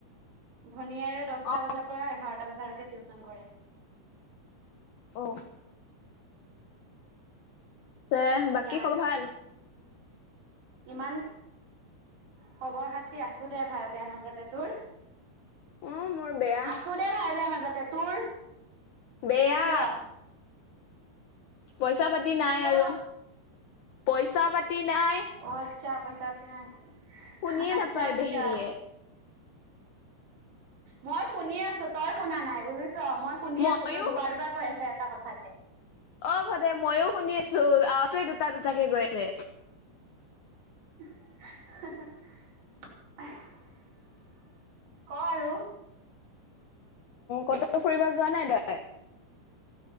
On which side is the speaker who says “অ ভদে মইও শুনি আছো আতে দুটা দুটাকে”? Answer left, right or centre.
Left